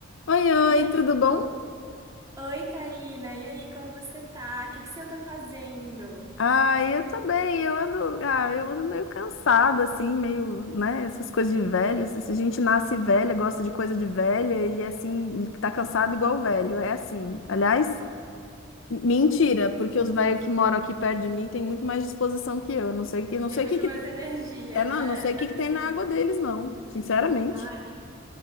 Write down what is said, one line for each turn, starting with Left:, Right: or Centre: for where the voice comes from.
Left: Oi, oi,
Right: E aí?
Left: tudo bom?
Right: Oi, Karina. E aí, como você tá? O que que você anda fazendo?
Left: Ah, eu tô bem, eu ando, ah, eu ando meio cansada, assim, meio, né, essas coisas de velho, se se a gente nasce velha, gosta de coisa de velha e é assim, e tá cansado igual velho, é assim. Aliás, m- mentira, porque os velhos que moram aqui perto de mim têm muito mais disposição que eu, não sei que, não
Right: Tem
Left: sei
Right: muito
Left: o que que,
Right: mais energia,
Left: é, não,
Right: né?
Left: não sei
Right: Mas
Left: o que que
Right: assim,
Left: tem na água deles, não, sinceramente.
Right: ai,